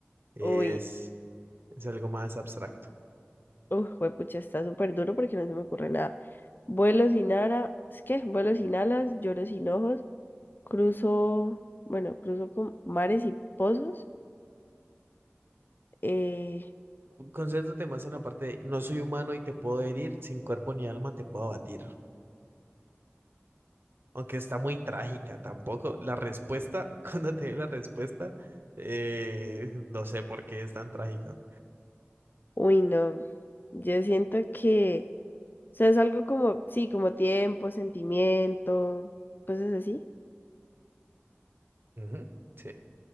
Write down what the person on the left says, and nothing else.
Uy,
uy, juepucha, está súper duro porque no se me ocurre nada. Vuelo sin ara, ¿es qué? Vuelo sin alas, lloro sin ojos, cruzo, bueno, cruzo con mares y pozos. Eh,
uy, no, yo siento que... sea, es algo como, sí, como tiempo, sentimiento, cosas así.